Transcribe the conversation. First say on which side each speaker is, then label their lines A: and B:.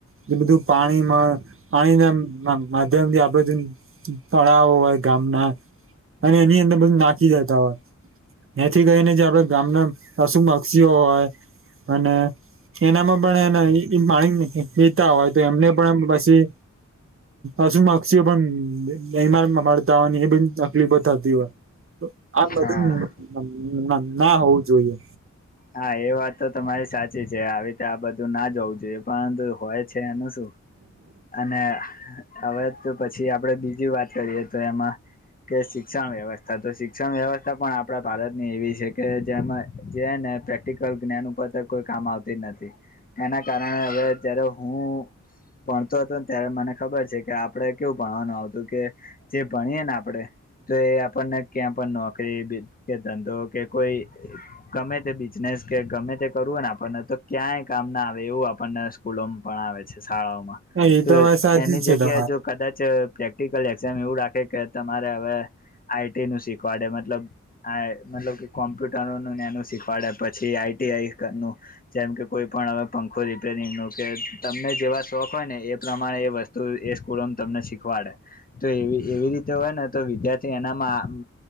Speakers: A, on the right (about 45°); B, on the left (about 30°).
A: જે બધું પાણીમાં પાણી ના મા માધ્યમ થી આપડ જે તળાવ હોય ગામના અને એની અંદર બધુ નાખી જતા હોય. જેથી કરીને જે આપડે ગામના પશુ મક્ષીઓ હોય અને એનામાં પણ એને ઈમ પાણી પીતા હોય તો એમને પણ પછી પશુ મક્ષીઓ પણ એમાર મળતા હોય એ બ તકલીફો થતી હોય આ બધું
B: હા
A: ન ન ના હોવું જોઈએ.
B: હા એ વાત તો તમારી સાચી છે આવી ત આ બધું ના જવું જોઈએ પણંતુ હોય છે એનું શું. અને હવે પછી આપડે બીજી વાત કરીએ તો એમાં કે શિક્ષણ વ્યવસ્થા તો શિક્ષણ વ્યવસ્થા પણ આપણા ભારત ની એવી છે કે જેમાં જેને પ્રેક્ટિકલ જ્ઞાન ઉપર કોઈ કામ આવતી નથી એના કારણે હવે જ્યારે હું ભણતો હતો ન ત્યારે મને ખબર છે કે આપણે કેવું ભણવાનું આવતું કે જે ભણીએે ન આપડે તો એ આપણને ક્યાં પણ નોકરીદે કે ધંધો કે કોઈ ગમે તે બીજ ઝનેસ કે ગમે તે કરવું હોય ને આપણને તો ક્યાંય કામ ના આવે એવું આપણને સ્કૂલોમ ભણાવે છે શાળાઓમાં.
A: એ
B: તો
A: વાત સાચી
B: એની
A: જ છે
B: જગ્યા
A: તમારી
B: જો કદાચ પ્રેક્ટિકલ એક્ઝામ એવું રાખે કે તમારે હવે આઈટી નું શીખવાડે મતલબ આએ મતલબ કે કોમ્પ્યુટરોનું ને એનું શીખવાડે પછી આઈટીઆઈ કરનું જેમ કે કોઈ પણ હવે પંખો રીપેરિંગ નો કે તમને જેવા શોખ હોય ને એ પ્રમાણે એ વસ તો એ સ્કૂલો તમને શીખવાડે તો એવી એવી રીતે હોય ને તો વિદ્યાર્થી એનામાં